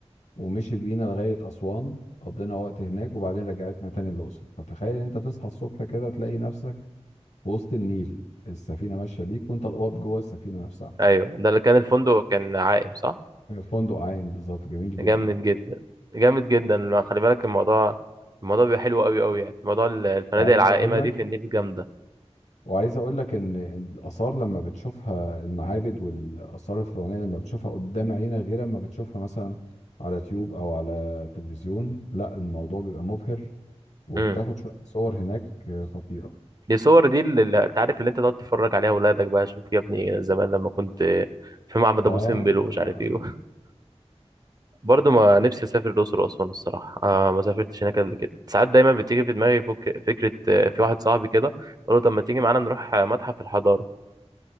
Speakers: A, on the left; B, on the right.
A: ومشيت بينا لغاية اسوان قضينا وقت هناك وبعدين رجعتنا تاني الاقصر فتخيل ان انت تصحى الصبح كده تلاقي نفسك في وسط النيل السفينة ماشية بيك وانت الاوض جوه السفينة نفسها
B: ايوه ده اللي كان الفندق كان عائم صح
A: فندق عايم بالظبط جميل جدا
B: جامد جدا جامد جدا لا، خلي بالك الموضوع الموضوع بيبقى حلو قوي قوي يعني موضوع ال- الفنادق
A: وعايز
B: العائمه
A: اقول
B: دي
A: آه، لك
B: في النيل جامده
A: وعايز اقول لك ان إن الاثار لما بتشوفها المعابد والاثار الفرعونيه لما بتشوفها قدام عينك غير لما بتشوفها مثلا على يوتيوب او على تلفزيون لا الموضوع بيبقى مبهر وبتاخد
B: امم
A: شويه صور هناك خطيره
B: دي الصور دي اللي اللي انت عارف اللي انت تقعد تتفرج عليها اولادك بقى شوف يا ابني زمان لما كنت في معبد
A: اه
B: ابو
A: اه
B: سمبل ومش عارف
A: اه
B: ايه <laughs> برضه ما نفسي اسافر الاقصر واسوان الصراحه آه ما سافرتش هناك قبل كده ساعات دايما بتيجي في دماغي فك... فكره آه، في واحد صاحبي كده قال له طب ما تيجي معانا نروح آه، متحف الحضاره